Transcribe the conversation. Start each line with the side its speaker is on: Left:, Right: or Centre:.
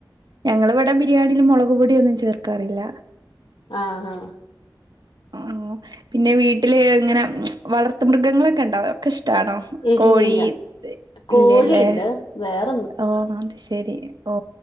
Right: ഞങ്ങൾ ഇവിടെ ബിരിയാണിയില് മുളക് പൊടിയൊന്നും ചേർക്കാറില്ല
Left: ആഹ് ഹാ
Right: ആഹ് പിന്നെ വീട്ടില് ഇങ്ങനെ വളർത്ത് മൃഗങ്ങളൊക്കെ ഉണ്ടോ ഒക്കെ ഇഷ്ടാണോ
Left: ഇല്ലില്ല
Right: കോഴി
Left: കോഴിയ്ണ്ട്
Right: ഇല്ലല്ലേ
Left: വേറെ
Right: ഓ അത് ശരി ഓ